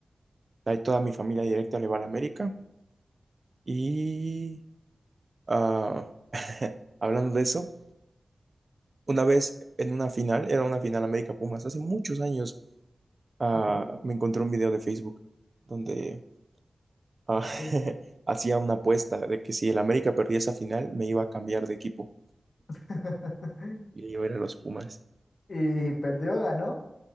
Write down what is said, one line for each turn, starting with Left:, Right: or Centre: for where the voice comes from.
Right: ahí toda mi familia directa le va al América. Y ah, <laughs> hablando de eso, una vez en una final, era una final América Pumas, hace muchos años, ah,
Left: Ok,
Right: me encontré un video de Facebook donde ah,
Left: ¿qué decía?
Right: <laughs> hacía una apuesta de que si el América perdía esa final, me iba a cambiar de equipo.
Left: <laughs>
Right: Y yo era los Pumas.
Left: ¿Y perdió, ganó?